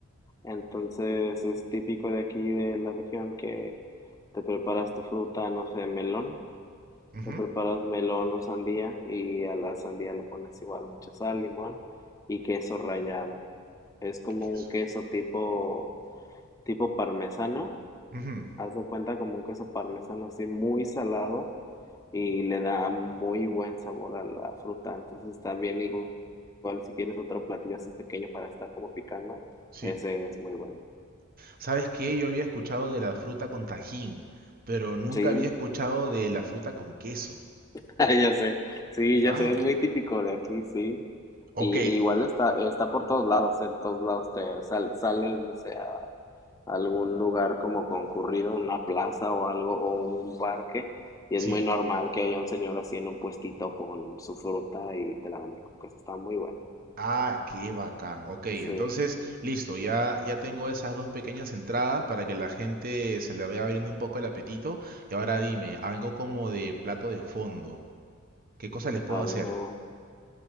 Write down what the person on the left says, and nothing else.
Entonces es típico de aquí de la región que te preparas tu fruta, no sé, melón,
te preparas melón o sandía y a la sandía le pones igual mucha sal, limón y queso rallado. Es como
un queso tipo tipo parmesano,
haz de cuenta como un queso parmesano así muy salado y le da muy buen sabor a la fruta. Entonces también igu- igual si quieres otro platillo así pequeño para estar como picando,
ese es muy bueno.
Sí,
<laughs> ay, ya sé, sí,
ya sé, es muy típico de aquí, sí.
Y, y igual está, está por todos lados, en todos lados te sal- sales, no sé, a algún lugar como concurrido, una plaza o algo, o un parque, y
es muy normal que haya un señor así en un puestito con su fruta y te la venden con queso, está muy bueno.
Sí.
Algo.